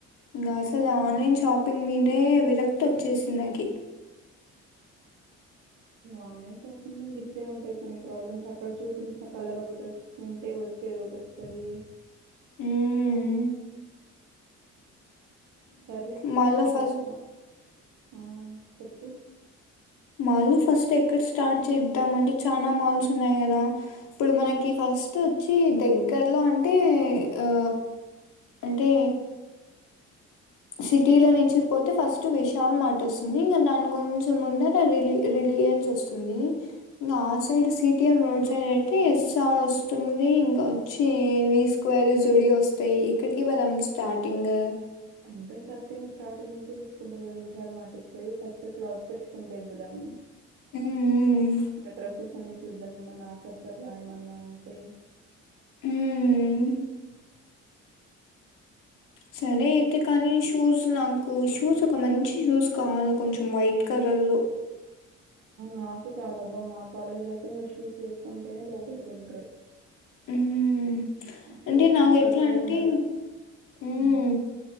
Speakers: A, on the right; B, on the left.
A: హ్మ్.
B: ఇంగ అసలు ఆన్లైన్ షాపింగ్ కప్పింగ్ మీదే విరక్తి వచ్చేసింది నకి
A: ఆన్లైన్ షాపింగ్ ఇట్లే ఉంటాయి కొన్ని ప్రాబ్లమ్స్ అక్కడ చూపించిన కలర్ ఒకటి ఉంటే వచ్చేది ఒకటి వస్తది
B: ఉహ్
A: సర్లే
B: మాల్లో
A: ఇంకా
B: ఫస్ట్
A: <unintelligible> అహ్ చెప్పు
B: మాల్ల్లో ఫస్ట్ ఎక్కడ స్టార్ట్ చేద్దాం అంటే చనాా మాల్స్ ఉన్నాయి కదా ఇప్పుడు మనకి ఫస్ట్ వచ్చి దగ్గర్లో అంటే ఆ అంటే సిటీలో నుంచి పోతే ఫస్ట్ విశాల్ మార్ట్ వస్తుంది ఇంకా దానికి కొంచం ముందట రిల్ రిలీయాన్స్ వస్తుంది ఇంకా ఆ సైడ్ సిటిఎం రోడ్ సైడ్ అయితే ఎస్సార్ వస్తుంది ఇంకా వచ్చి వి స్క్వేర్ జుడియో వస్తాయి ఎక్కడికి పదాం స్టార్టింగ్
A: అంటే ఫస్ట్ స్టార్టింగ్ నుంచే చూసుకుంటూ పోదాం విశాల్ మార్ట్కుపోయి ఫస్ట్ క్లాత్ సెక్షన్లకు పోదాము
B: మ్మ్
A: ఇక డ్రెస్సెస్ అన్ని చూద్దాం ఏమన్నా ఆఫర్స్ ఏమన్నా ఉంటే
B: ఉహ్ హ్ సరే అయితే కానీ షూస్ నాకు షూస్ ఒక మంచి షూస్ కావాల కొంచెం వైట్ కలర్ లో
A: నాకు కావాలబ్బా మా కాలేజ్ లో అయితే ఇంకా షూస్ వేసుకుంటేనే లోపలికి ఎంట్రీ
B: ఉహ్
A: షూస్
B: అంటే నాకు
A: కంపల్సరీ
B: ఎట్లా అంటే
A: ఉండాల. హ్మ్.
B: ఉహ్